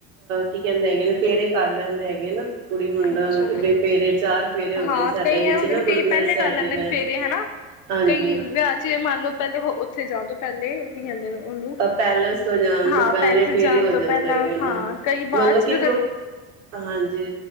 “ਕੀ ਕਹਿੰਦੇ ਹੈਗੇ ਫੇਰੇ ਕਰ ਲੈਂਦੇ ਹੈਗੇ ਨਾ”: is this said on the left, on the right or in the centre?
Right